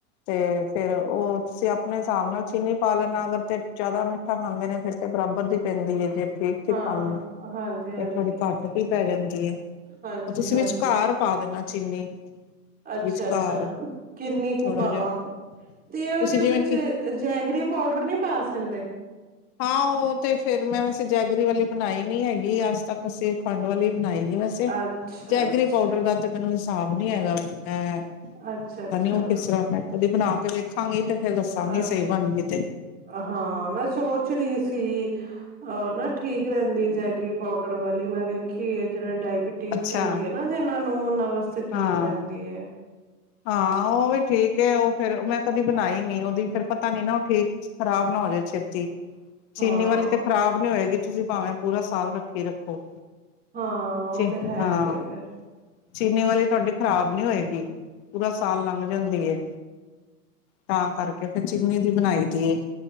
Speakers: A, on the left; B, on the right.
A: ਤੇ ਫੇਰ ਉਹ ਤੁਸੀਂ ਆਪਣੇ ਹਿਸਾਬ ਨਾਲ ਚੀਨੀ ਪਾ ਲੈਣਾ ਅਗਰ ਤੇ ਜ਼ਿਆਦਾ ਮ- ਮਿਠਾ ਖਾਂਦੇ ਨੇ ਫੇਰ ਤੇ ਬਰਾਬਰ ਦੀ ਪੈਂਦੀ ਹੈ ਜੇ। ਠੀਕ- ਠੀਕ
B: ਹਾਂ
A: ਖਾਨ
B: ਹਾਂਜੀ ਹਾਂਜੀ
A: ਤੇ ਫੇਰ ਘੱਟ ਵੀ ਪੈ ਜਾਂਦੀ ਹੈ,
B: ਹਾਂਜੀ
A: ਉਹ ਤੁਸੀਂ
B: ਹਾਂਜੀ
A: ਵਿਚਕਾਰ। ਪਾ ਦੇਣਾ ਚੀਨੀ।
B: ਅੱਛਾ-
A: ਵਿਚਕਾਰ
B: ਅੱਛਾ ਕਿੰਨੀ ਕੁ
A: ਥੋੜਾ
B: ਪਾਵਾਂ
A: ਜਿਹਾ
B: ਤੇ ਉਹਦੇ
A: ਤੁਸੀਂ ਜਿਵੇਂ
B: ਪਿੱਛੇ-
A: ਕਿ
B: ਜੈਗਰੀ ਪਾਊਡਰ ਨਹੀਂ ਪਾ ਸਕਦੇ।
A: ਹਾਂ ਉਹ ਤੇ ਫੇਰ ਮੈਂ ਵੈਸੇ ਜੈਗਰੀ ਵਾਲੀ ਬਣਾਈ ਨੀ ਹੈਗੀ ਅੱਜ ਤੱਕ ਅਸੀਂ, ਖੰਡ ਵਾਲੀ ਬਣਾਈ ਹੈ ਵੈਸੇ
B: ਅੱਛਾ
A: ਚੈਗਰੀ
B: ਅੱਛਾ
A: ਪਾਊਡਰ ਦਾ ਤੇ ਮੈਨੂੰ ਹਿਸਾਬ ਨੀ ਹੈਗਾ, ਮੈਂ ਪਤਾ
B: ਅੱਛਾ ਅੱਛਾ
A: ਨੀ ਉਹ ਕਿਸ ਤਰਾਂ ਮੈਂ ਕਦੀ ਬਣਾ ਕੇ ਵੇਖਾਂਗੀ ਤੇ ਫੇਰ ਦੱਸਾਂਗੀ ਸਹੀ
B: ਅੱਛਾ
A: ਬਣ ਗਈ ਤੇ,
B: ਹਾਂ ਮੈਂ ਸੋਚ ਰਹੀ ਸੀ। ਹਾ ਨਾ ਠੀਕ ਰਹਿੰਦੀ ਜੈਗਰੀ ਪਾਊਡਰ ਵਾਲੀ ਮੈਂ ਵੇਖੀ ਹੈ ਜਿਹੜੇ ਡਾਇਬ ਚੀਜ਼
A: ਅੱਛਾ
B: ਹੁੰਦੀ ਹੈ ਨਾ ਜਿਹਨਾਂ ਨੂੰ, ਉਹਨਾਂ ਵਾਸਤੇ ਠੀਕ
A: ਹਾਂ
B: ਰਹਿੰਦੀ ਹੈ।
A: ਹਾਂ ਉਹ ਵੀ ਠੀਕ ਉਹ ਫੇਰ ਮੈਂ ਕਦੀ ਬਣਾਈ ਨੀ ਉਹਦੀ ਫੇਰ ਪਤਾ ਨੀ ਨਾ ਉਹ ਠੀਕ ਖ਼ਰਾਬ ਨਾ ਹੋ ਜਾਏ ਛੇ- ਚੀਨੀ
B: ਹਾਂ
A: ਵਾਲੀ ਤੇ ਖ਼ਰਾਬ ਨੀ ਹੋਏਗੀ ਤੁਸੀਂ ਭਾਵੇਂ ਪੂਰਾ ਸਾਲ ਰੱਖੀ ਰੱਖੋ।
B: ਹਾਂ
A: ਚੀ
B: ਉਹ ਤੇ ਹੈ
A: ਹਾਂ
B: ਹੀ ਹੈ ਫੇਰ।
A: ਚੀਨੀ ਵਾਲੀ ਤੁਹਾਡੀ ਖ਼ਰਾਬ ਨੀ ਹੋਏਗੀ। ਪੂਰਾ ਸਾਲ ਲੰਘ ਜਾਂਦੀ ਐ ਤਾਂ ਕਰਕੇ ਫੇਰ ਚੀਨੀ ਦੀ ਬਣਾਈ ਦੀਏ।